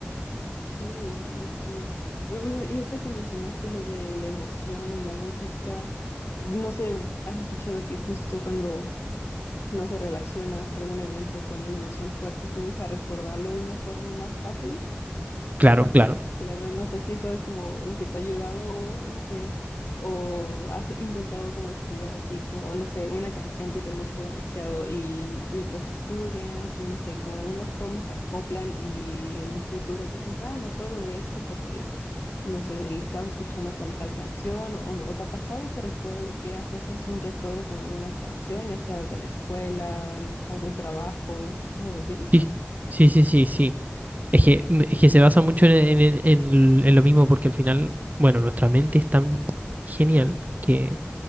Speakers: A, on the left; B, on the right.
A: ok, ok. Y y ahorita que mencionaste lo de la emoción y la música, no sé, has escuchado que justo cuando No se relacionas algún evento con una emoción fuerte, tiendes a recordarlo de una forma más fácil.
B: Claro, claro.
A: Claro, no sé si eso es como lo que te ha ayudado o no sé, o has intentado como estudiar así como, no sé, una canción que te guste demasiado y mientras estudias y no sé, como de alguna forma se acoplan y en el futuro dices, ah, me acuerdo de esto porque no sé, el estado escuchando con tal canción, o, o te ha pasado que recuerdo, que asocias un recuerdo con alguna canción, ya sea de la escuela, no sé, algún trabajo, cosas así.
B: Sí, sí, sí, sí, sí. Es que, mm, es que se basa mucho en, en- en- en- en lo mismo porque al final, bueno, nuestra mente es tan genial que